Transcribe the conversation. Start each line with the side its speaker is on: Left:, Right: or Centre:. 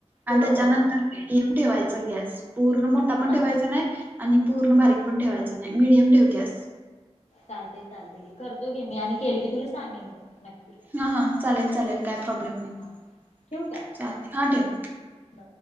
Right: आणि
Left: होय
Right: त्याच्यानंतरडय
Left: होय समजते
Right: ठेवायचा गॅस पूर्ण मोठा पण
Left: चाल
Right: ठेवायचा नाही. आणि पूर्ण बारीक पण ठेवायचं नाही मिडियम ठेव गॅस
Left: चालतंय चालतय गे करतोय गे मी आणि केले की तुला सांगेन पण नक्की.
Right: हा हा चालेल चालेल काय प्रॉब्लेम
Left: हा
Right: नाही
Left: ठेवू काय
Right: चाल हा ठेव.
Left: बर